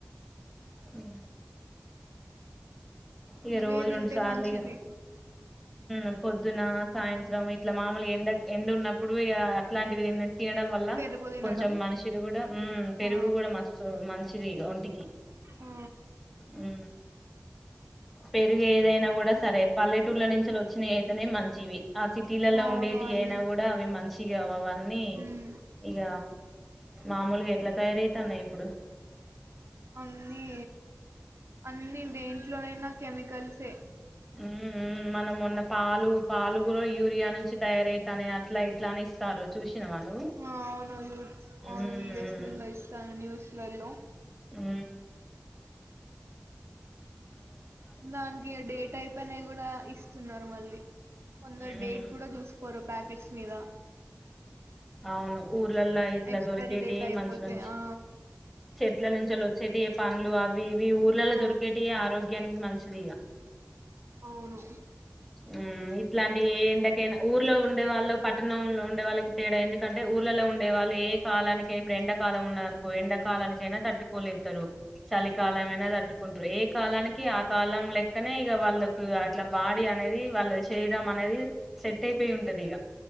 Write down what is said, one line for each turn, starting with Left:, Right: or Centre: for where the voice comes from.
Centre: ఊ ఇగ
Right: అవే
Centre: రోజు
Right: తింటే
Centre: రెండు సార్లులిగ
Right: మంచిది
Centre: ఊ పొద్దునా సాయంత్రం ఇట్ల మాములు ఎండ ఎండ ఉన్నప్పుడు ఇగా అట్లాంటివి తినే తినడం వల్ల
Right: పెరుగు తినడం
Centre: కొంచెం మనిషి కూడా ఊ పెరుగు
Right: ఆ
Centre: కూడా మస్తు మంచిది ఇగ ఒంటికి
Right: ఆ
Centre: ఊ పెరుగు ఏదైనా గుడా సరే పల్లెటూర్ల నుంచి ఓచ్చినయైతెనే మంచివి ఆ సిటీలల్ల
Right: అవును
Centre: ఉండేటి
Right: అన్ని
Centre: అయినా గుడా అవి మంచిగ అవ అవన్నీ
Right: ఉమ్
Centre: ఇగ మామూలుగ ఎట్ల తయారయితాన్నయి ఇప్పుడు
Right: అన్ని అన్ని దేంట్లోనైన కెమికల్సే
Centre: ఉ ఉ మనం మొన్న పాలు పాలు కూడా యూరియా అను నుంచి తయారయితాన్నయీ అట్ల ఇట్ల అని ఇస్తారు చూసినవా నువ్వు
Right: ఆ, అవును యూ-
Centre: ఊ
Right: అవును
Centre: ఊ
Right: వీడియోస్లలో
Centre: ఉ
Right: ఇస్తారు న్యూస్లలో
Centre: ఊ
Right: దాంట్లే డేట్ అయిపోయినయి కూడా ఇస్త సున్నారు మళ్ళీ కొందరు
Centre: ఉమ్
Right: డేట్ కూడా జూసుకోరు ప్యాకెట్స్ మీద
Centre: అవును ఊర్లల్లో ఇట్లా
Right: ఎక్స్పైరీ
Centre: దొరికేటి
Right: డేట్ అయిపోతే
Centre: మంచి మంచి
Right: ఆ
Centre: చెట్ల నుంచి వచ్చేటివి పండ్లు అవి అవి ఇవి ఊర్లల్లో
Right: ఆ
Centre: దొరికేటిఏ ఆరోగ్యానికి మంచిది ఇగ
Right: అవును
Centre: ఊ ఇట్లాంటి ఏ ఎండకైన ఊర్లో ఉండే వాళ్ళు పట్టణంలో ఉండే వాళ్ళకి తేడా ఎందుకంటే ఊర్లల్లో ఉండే వాళ్ళు ఏ కాలానికై ఇప్పుడు ఎండాకాలం ఉన్నదనుకో ఎండాకాలానికైనా తట్టుకోలేస్తరు చలికాలం అయినా తటు కుట్రు ఏ కాలానికి ఆ కాలం లెక్కనే ఇగ వాళ్ళకు అట్ల బా డీ అనేది వాల్ల శరీ రీరం అనేది సెట్టై పోయి ఉంటదిగ